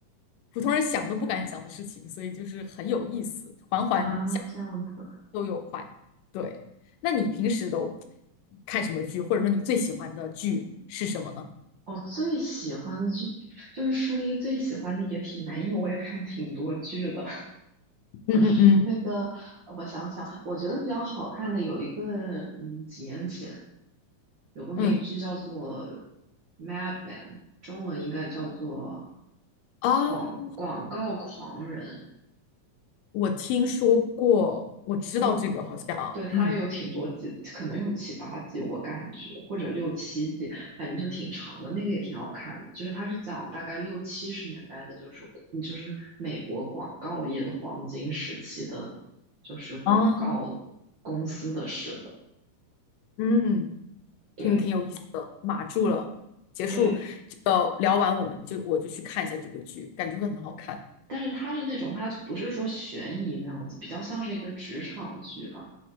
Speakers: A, on the left; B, on the right.
A: 普通人想都不敢想的事情，所以就是很有意思，环环
B: 啊，这样子。
A: 都有快。对，那你平时都看什么剧，或者说你最喜欢的剧是什么呢？
B: 我最喜欢的剧就是说一个最喜欢的也挺难，因为我也看挺多剧的。
A: 嗯嗯嗯
B: <laughs> 那个我想想，我觉得比较好看的有一个，嗯，几年前有个美剧叫做
A: 嗯
B: 《Mad Man》，中文应该叫做
A: 啊，
B: 广广告狂人。
A: 我听说过，我知道这个好像，
B: 然后。对，它有挺多季，
A: 嗯
B: 可能有七八季，我感觉或者六七季，反正就挺长的。那个也挺好看的，就是它是讲大概六七十年代的，就是就是美国广告业的黄金时期的，就是广告公司的事的。
A: 啊嗯
B: 对
A: 挺挺有意思的，码住了。结束这个聊完，
B: 对，
A: 我们就我就去看一下这个剧，感觉会很好看。
B: 但是它是那种，它就不是说悬疑那样子，比较像是一个职场剧吧。